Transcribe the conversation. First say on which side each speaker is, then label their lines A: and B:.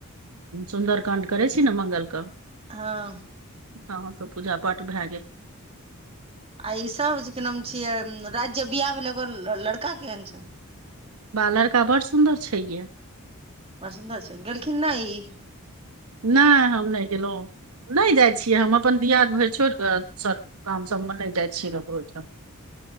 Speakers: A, on the right (about 80°); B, on the right (about 25°).
A: सुन्दर काण्ड करै छी ने मंगल क
B: हँ
A: हँ तऽ पूजा पाठ भए गेल
B: आ ई सब जे की नाम छिये रात बियाह भेल एगो लड़का केहन छै
A: बा लड़का बड़ सुन्दर छै यए
B: बड सुंदर छै गेलखिन नइ ई
A: नहि हम नहि गेलहुँ नहि जाइ छियै हम अपन दियाद भरि छोड़ कऽ स काम सबमे नहि जाइ छियै ककरो अयठन